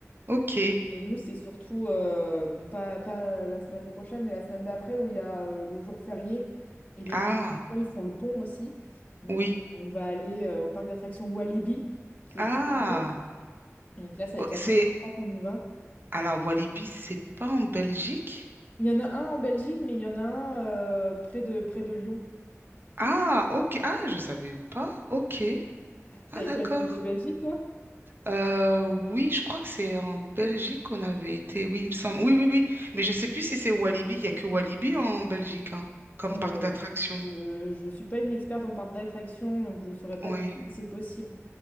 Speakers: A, on the right; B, on the left.
A: Ok.
B: Et nous, c'est surtout, euh, bon, pas, pas la semaine prochaine, mais la semaine d'après où il y a euh, le jour férié et les
A: Ah,
B: ils font le pont aussi. Donc,
A: oui.
B: on va aller euh, au parc d'attractions Walibi qui
A: Ah,
B: est près de Lyon Donc là, ça va
A: oh,
B: être la
A: c'est...
B: première fois qu'on y va.
A: Alors, Walibi, c'est pas en Belgique?
B: Il y en a un en Belgique, mais il y en a un euh, près de, près de Lyon.
A: Ah, ok. Ah, je savais pas. Ok.
B: T'as
A: Ah,
B: été
A: d'accord.
B: à celui de Belgique, toi?
A: Euh, oui, je crois que c'est en Belgique qu'on avait été. Oui, il me semble. Oui, oui, oui. Mais je sais plus si c'est Walibi. Il y a que Walibi en Belgique, hein, comme
B: Euh,
A: parc d'attractions.
B: je, je suis pas une experte en parc d'attraction, donc je ne saurais pas
A: Oui.
B: te dire, mais c'est possible.